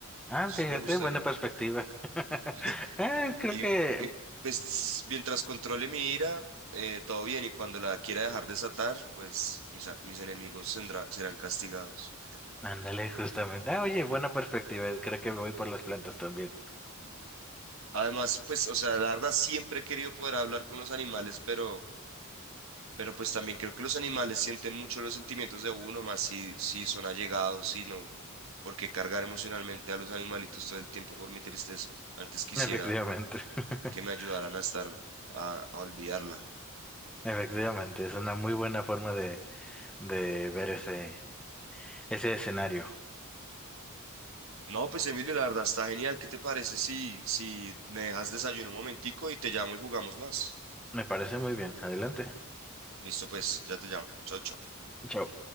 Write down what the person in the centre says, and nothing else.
Ah,
fíjate,
buena perspectiva. <laughs>
Ah, creo
que...
Ándale, justamente. Ah, oye, buena perspectiva. Creo que me voy por las plantas también.
Efectivamente. <laughs>
Efectivamente, es una muy buena forma de, de ver ese, ese escenario.
Me parece muy bien. Adelante.
Chao.